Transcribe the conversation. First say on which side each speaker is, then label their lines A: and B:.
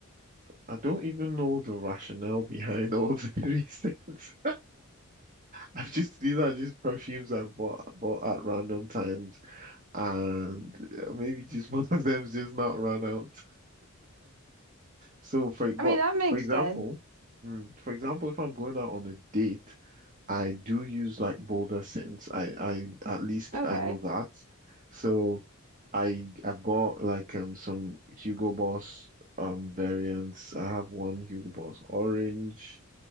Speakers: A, on the right; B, on the right.
A: I don't even know the rationale behind all the <laughs> three cents. I've just these are just perfumes I bought bought at random times. and uh, maybe just <laughs> one of them's just not run out. So for but
B: I mean, that makes
A: for example,
B: sense.
A: mm, for example, if I'm going out on a date, I do use like bolder scents. I I at least
B: Okay.
A: I know that. So I I've got like um some Hugo Boss um variants. I have one Hugo Boss orange.